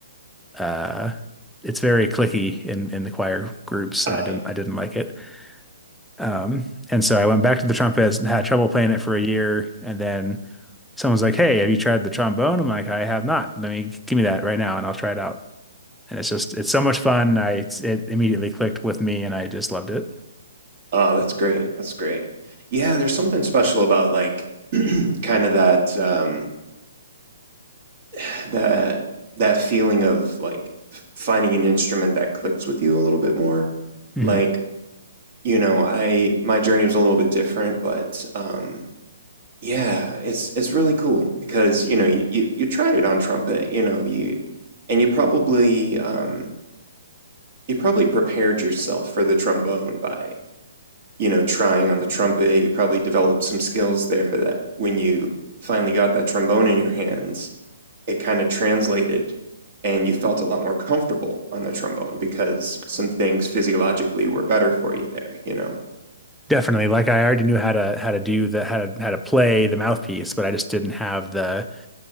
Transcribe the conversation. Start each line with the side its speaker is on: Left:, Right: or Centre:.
Centre: uh, it's very clicky in in the choir groups,
Right: I,
Centre: and I didn't I didn't like it. Um, and so I went back to the trumpet and had trouble playing it for a year, and then. Someone's like, "Hey, have you tried the trombone?" I'm like, "I have not. Let me give me that right now, and I'll try it out." And it's just it's so much fun. I it immediately clicked with me and I just loved it.
Right: oh, that's great. That's great. Yeah, there's something special about like <clears throat> kind of that um <sighs> that that feeling of like f- finding an instrument that clicks with you a little bit more.
Centre: hmm
Right: Like, you know, I my journey was a little bit different, but um Yeah, it's it's really cool because you know you, you, you tried it on trumpet, you know you and you probably um, you probably prepared yourself for the trombone by you know trying on the trumpet. You probably developed some skills there that when you finally got that trombone in your hands, it kind of translated, and you felt a lot more comfortable on the trombone because some things physiologically were better for you there. You know,
Centre: Definitely. Like I already knew how to how to do the how to how to play the mouthpiece, but I just didn't have the